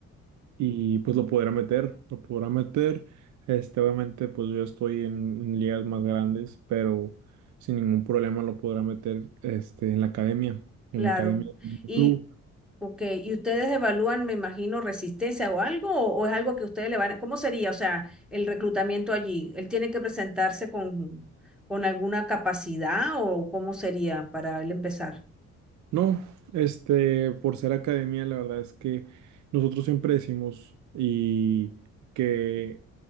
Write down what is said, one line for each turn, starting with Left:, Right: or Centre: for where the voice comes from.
Right: y pues lo podrá meter, lo podrá meter. Este, obviamente, pues yo estoy en, en ligas más grandes, pero sin ningún problema lo podrá meter este, en la academia, en
Centre: Claro.
Right: la academia del
Centre: Y,
Right: club.
Centre: ok, ¿y ustedes evalúan, me imagino, resistencia o algo? ¿O, o es algo que ustedes le van a... ¿Cómo sería? O sea, el reclutamiento allí. ¿Él tiene que presentarse con, con alguna capacidad o cómo sería para él empezar?
Right: No, este, por ser academia, la verdad es que nosotros siempre decimos y que